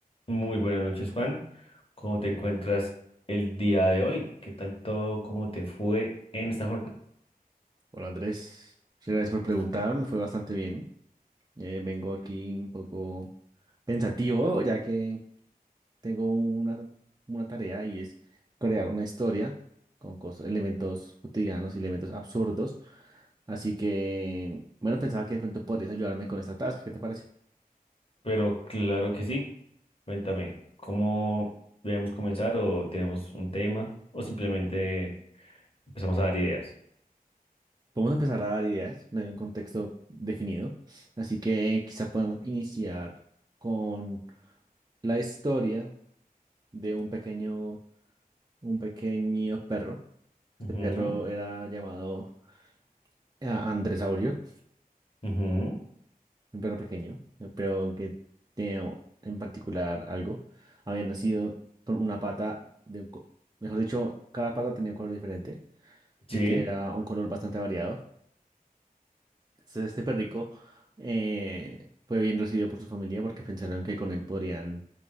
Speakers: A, on the left (about 35°); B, on the right (about 25°).
A: Muy buenas noches, Juan. ¿Cómo te encuentras el día de hoy? ¿Qué tal todo? ¿Cómo te fue en esta jornada?
B: Hola Andrés, muchas gracias por preguntar,
A: Listo.
B: me fue bastante bien. Eh, vengo aquí un poco pensativo, ya que tengo una, una tarea y es crear una historia con cosas, elementos cotidianos y elementos absurdos. Así que, bueno, pensaba que de pronto podrías ayudarme con esta tarea, ¿qué te parece?
A: Pero claro que sí. Cuéntame, ¿cómo debemos comenzar o tenemos un tema o simplemente empezamos a dar ideas?
B: Podemos empezar a dar ideas, no hay un contexto definido, así que quizá podemos iniciar con la historia de un pequeño, un pequeño perro Este
A: Ujú,
B: perro era llamado eh, Andresaurio,
A: ujú,
B: un perro pequeño, ¿no? pero que tenía en particular algo. Había nacido con una pata, de, un co- mejor dicho, cada pata tenía un color diferente
A: Sí.
B: y que era un color bastante variado. Entonces, este perrico eh, fue bien recibido por su familia porque pensaron que con él podrían